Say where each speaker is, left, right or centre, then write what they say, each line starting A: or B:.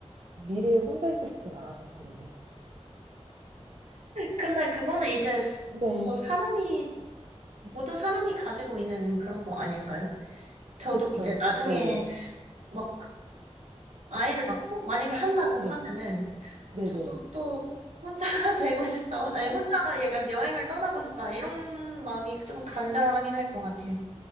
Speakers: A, on the right (about 50°); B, on the right (about 75°).
A: 미래에 혼자 있고 싶진 않았을 텐데.
B: 근데 그거는 이제 스-
A: 네.
B: 뭐 사람이 모든 사람이 가지고 있는 그런 거 아닐까요? 저도
A: 그쵸.
B: 이제 나중에
A: 네네.
B: 막 아이를 낳고 만약에 한다고
A: 네.
B: 하면은
A: 네네.
B: 저도 또 혼자가 <laughs> 되고 싶다. 아니 혼자 약간 여행을 떠나고 싶다. 이런 마음이 좀 간절하긴 할 것 같아요.